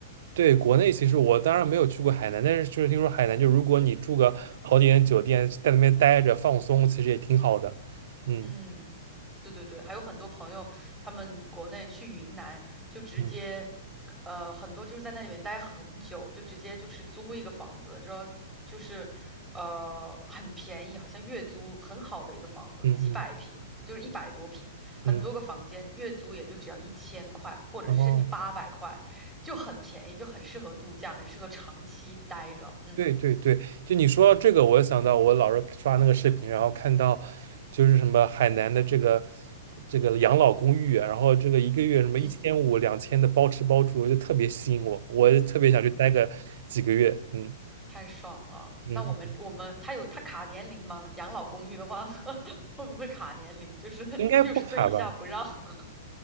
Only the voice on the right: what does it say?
对，国内其实我当然没有去过海南，但是就是听说海南，就如果你住个好点的酒店，在那边待着放松，其实也挺好的。嗯
嗯
嗯
嗯
嗯，哦，
对对对，就你说到这个，我又想到我老是刷那个视频，然后看到就是什么海南的这个这个养老公寓啊，然后这个一个月什么一千五、
两千的包吃包住，就特别吸引我，我也特别想去待个几个月。
嗯
嗯，
嗯
应该不卡吧？